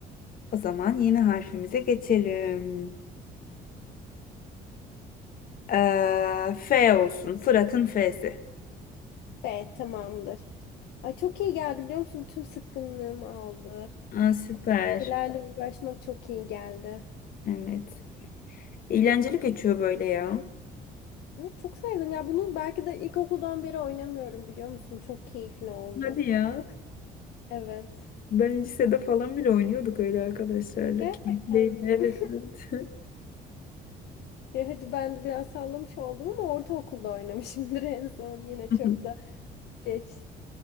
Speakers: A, on the left; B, on the left.
A: O zaman yeni harfimize geçelim. Ee, F olsun. Fırat'ın F'si.
B: F tamamdır. Ay çok iyi geldi biliyor musun? Tüm sıkkınlığımı aldı.
A: Aa, süper.
B: Şeylerle uğraşmak çok iyi geldi.
A: Evet. Eğlenceli geçiyor böyle ya.
B: Hı, Çok sevdim ya bunu belki de ilkokuldan beri oynamıyorum biliyor musun? Çok keyifli oldu.
A: Hadi ya.
B: Evet.
A: Ben lisede falan bile oynuyorduk öyle arkadaşlarla.
B: Gerçekten
A: Keyifliydi.
B: mi?
A: Evet,
B: <laughs>
A: evet.
B: Ya hadi ben de biraz sallamış oldum ama ortaokulda oynamışımdır <laughs> en son. Yine
A: <laughs>
B: çok da geç.